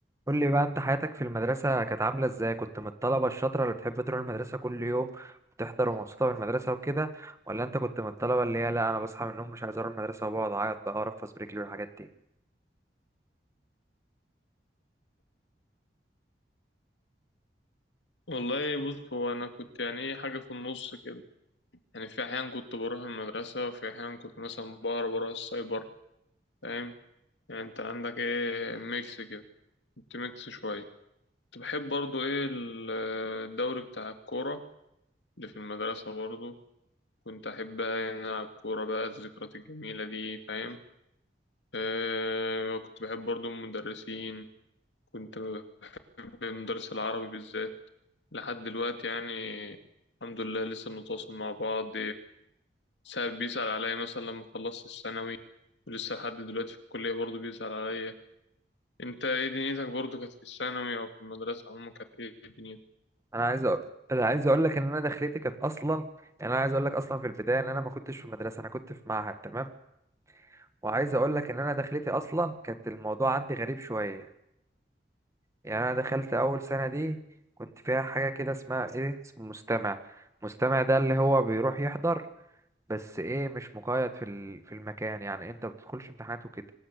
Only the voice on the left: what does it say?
والله بص هو انا كنت يعني ايه حاجه في النص كده يعني في احيان كنت بروح المدرسه وفي احيان كنت مثلا بهرب بروح السايبر فاهم يعني انت عندك ايه ميكس كده كنت ميكس شويه كنت بحب برضو ايه ال- الدوري بتاع الكوره اللي في المدرسه برضو كنت احب العب كوره بقى الذكريات الجميله دي فاهم أه كنت بحب برضو المدرسين كنت بمدرس العربي بالذات لحد دلوقتي يعني الحمد لله لسه بنتواصل مع بعض ساعات بيسأل عليا مثلا لما خلصت الثانوي ولسه لحد دلوقتي في الكلية برضه بيسأل عليا انت ايه دنيتك برضه كانت في الثانوي او في المدرسة عموما كانت ايه دنيتك